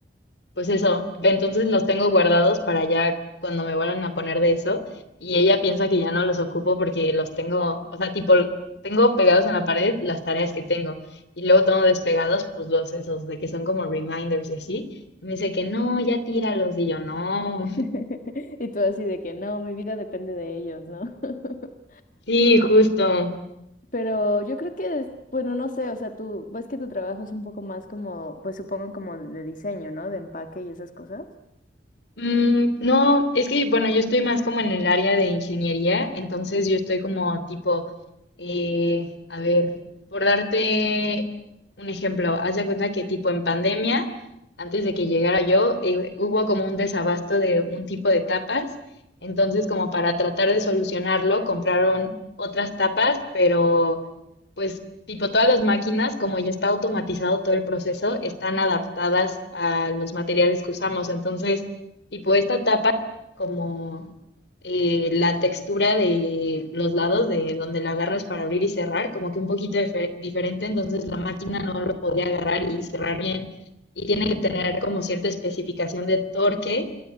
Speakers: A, on the left; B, on the left.
A: pues eso, ve, entonces los tengo guardados para ya cuando me vuelvan a poner de eso. Y ella piensa que ya no los ocupo porque los tengo, o sea, tipo, tengo pegados en la pared las tareas que tengo y luego tengo despegados pues los esos de que son como reminders y así. me dice que no, ya tíralos y yo no.
B: <laughs>
A: <laughs>
B: Y todo así de que, no, mi vida depende de ellos, ¿no? <laughs>
A: Sí, justo.
B: Pero yo creo que, es- bueno, no sé, o sea, tú, ves que tu trabajo es un poco más como, pues supongo como de diseño, ¿no? De empaque y esas cosas.
A: Mm, no, es que, bueno, yo estoy más como en el área de ingeniería, entonces yo estoy como tipo, eh, a ver, por darte un ejemplo, haz de cuenta que tipo en pandemia, antes de que llegara yo, eh, hubo como un desabasto de un tipo de tapas, entonces como para tratar de solucionarlo, compraron otras tapas, pero pues tipo todas las máquinas, como ya está automatizado todo el proceso, están adaptadas a los materiales que usamos, entonces... Y pues esta tapa como eh, la textura de los lados de donde la agarras para abrir y cerrar, como que un poquito dife- diferente, entonces la máquina no lo podía agarrar y cerrar bien. Y tiene que tener como cierta especificación de torque